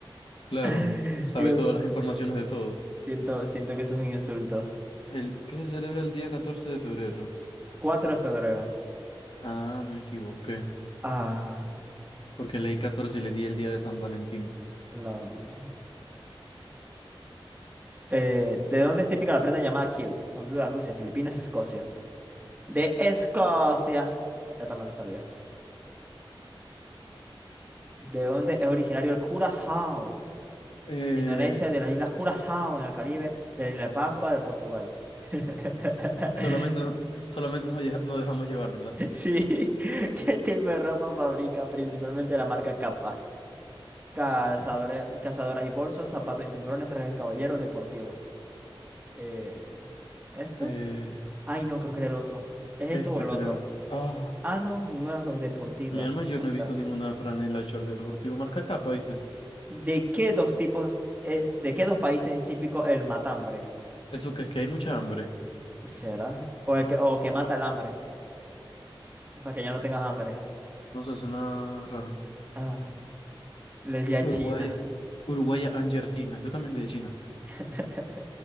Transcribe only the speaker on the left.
Claro,
sabe
todas las informaciones de todo.
El, ¿qué se celebra el día 14 de febrero?
Ah, me equivoqué,
porque leí 14 y le di el día de San Valentín.
Eh,
solamente, no, solamente nos, lle- nos dejamos llevar, ¿verdad?
Eh,
Este
creo.
Ah,
mi alma,
yo
no he visto ninguna franela short deportivo marca capa, ¿viste?
Eso que es que hay mucha hambre.
No sé, suena raro.
Uruguaya, Uruguaya Angertina. Yo también le di a China.